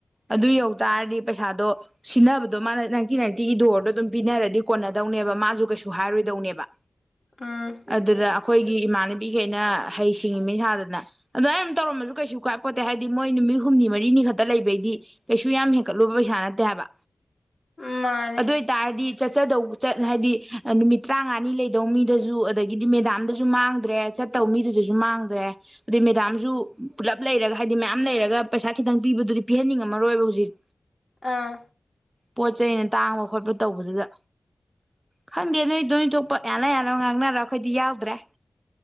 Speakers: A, on the right; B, on the left.
A: ꯑꯗꯨ ꯌꯧ ꯇꯔꯗꯤ ꯄꯩꯁꯥꯗꯣ ꯁꯤꯟꯅꯕꯗꯣ ꯃꯥꯅ ꯅꯥꯏꯟꯇꯤ ꯅꯥꯏꯟꯇꯤꯒꯤ ꯗꯣꯔꯗꯣ ꯑꯗꯨꯝ ꯄꯤꯅꯔꯗꯤ ꯀꯣꯟꯅꯗꯧꯅꯦꯕ ꯃꯥꯁꯨ ꯀꯩꯁꯨ ꯍꯥꯏꯔꯣꯏꯗꯧꯅꯦꯕ
B: ꯎꯝ
A: ꯑꯗꯨꯗ ꯑꯩꯈꯣꯏꯒꯤ ꯏꯃꯥꯟ <unintelligible> ꯍꯩ ꯁꯤꯡꯉꯤ ꯃꯤꯁꯥꯗꯅ ꯑꯗꯨꯃꯥꯏ ꯇꯧꯔꯝꯃꯁꯨ ꯀꯩꯁꯨ ꯀꯥꯏꯄꯣꯠꯇꯦ ꯍꯥꯏꯗꯤ ꯃꯣꯏ ꯅꯨꯃꯤꯠ ꯍꯨꯝꯅꯤ ꯃꯔꯤꯅꯤ ꯈꯛꯇ ꯂꯩꯕꯩꯗꯤ ꯀꯩꯁꯨ ꯌꯥꯝ ꯍꯦꯟꯀꯠꯂꯨꯕ ꯄꯩꯁꯥ ꯅꯠꯇꯦ ꯍꯥꯏꯕ
B: ꯎ ꯃꯥꯅꯦ
A: ꯑꯗꯨ ꯑꯣꯏꯇꯥꯔꯗꯤ ꯆꯠꯆꯗꯧ ꯆꯠ ꯍꯥꯏꯗꯤ ꯅꯨꯃꯤꯠ ꯇꯔꯥꯉꯥꯅꯤ ꯂꯩꯗꯧ ꯃꯤꯗꯁꯨ ꯑꯗꯒꯤꯗꯤ ꯃꯦꯗꯥꯝꯗꯁꯨ ꯃꯥꯡꯗ꯭ꯔꯦ ꯆꯠꯇꯧ ꯃꯤꯗꯨꯗꯁꯨ ꯃꯥꯡꯗ꯭ꯔꯦ ꯑꯗꯨꯩ ꯃꯦꯗꯥꯝꯁꯨ ꯄꯨꯂꯞ ꯂꯩꯔꯒ ꯍꯥꯏꯗꯤ ꯃꯌꯥꯝ ꯂꯩꯔꯒ ꯄꯩꯁꯥ ꯈꯤꯇꯪ ꯄꯤꯕꯗꯨꯗꯤ ꯄꯤꯍꯟꯅꯤꯡꯉꯝꯃꯔꯣꯏꯕ ꯍꯧꯖꯤꯛ
B: ꯑꯥ
A: ꯄꯣꯠ ꯆꯩꯩꯅ ꯇꯥꯡꯕ ꯈꯣꯠꯄ ꯇꯧꯕꯗꯨꯗ ꯈꯪꯗꯦ ꯅꯣꯏꯗꯣꯏ ꯊꯣꯛꯄ ꯌꯥꯅ ꯌꯥꯅꯕ ꯉꯥꯡꯅꯔꯣ ꯑꯩꯈꯣꯏꯗꯤ ꯌꯥꯎꯗ꯭ꯔꯦ